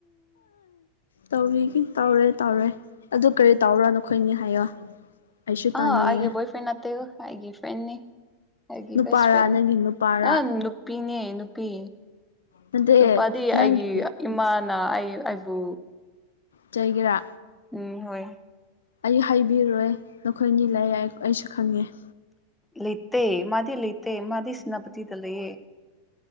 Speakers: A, on the left; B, in the centre.
A: ꯇꯧꯔꯤꯒꯦ ꯇꯧꯔꯦ ꯇꯧꯔꯦ ꯑꯗꯨ ꯀꯔꯤ ꯇꯥꯎꯕꯔꯥ ꯅꯈꯣꯏꯅꯤ ꯍꯥꯏꯌꯣ ꯑꯩꯁꯨ ꯇꯥꯅꯤꯡꯉꯦ
B: ꯑ ꯑꯩꯒꯤ ꯕ‌ꯣꯏꯐ꯭ꯔꯦꯟ ꯑꯠꯇꯦ ꯑꯩꯒꯤ ꯐ꯭ꯔꯦꯟꯅꯤ ꯍꯥꯏꯒꯤ
A: ꯅꯨꯄꯥꯔꯥ
B: ꯕ‌ꯦꯁ ꯐ꯭ꯔꯦꯟꯅꯤ
A: ꯅꯪꯒꯤ ꯅꯨꯄꯥꯔꯥ
B: ꯑ ꯅꯨꯄꯤꯅꯦ ꯅꯨꯄꯤ
A: ꯅꯠꯇꯦ
B: ꯅꯨꯄꯥꯗꯤ
A: ꯅꯪꯒꯤ
B: ꯑꯩꯒꯤ ꯏꯃꯥꯅ ꯑꯩ ꯑꯩꯕꯨ
A: ꯆꯩꯒꯦꯔꯥ
B: ꯎꯝ ꯍꯣꯏ
A: ꯑꯩ ꯍꯥꯏꯕꯤꯔꯣꯏ ꯅꯈꯣꯏꯅꯤ ꯂꯩ ꯑꯩꯁꯨ ꯈꯪꯉꯦ
B: ꯂꯩꯇꯦ ꯃꯥꯗꯤ ꯂꯩꯇꯦ ꯃꯥꯗꯤ ꯁꯦꯅꯄꯇꯗ ꯂꯩꯑꯦ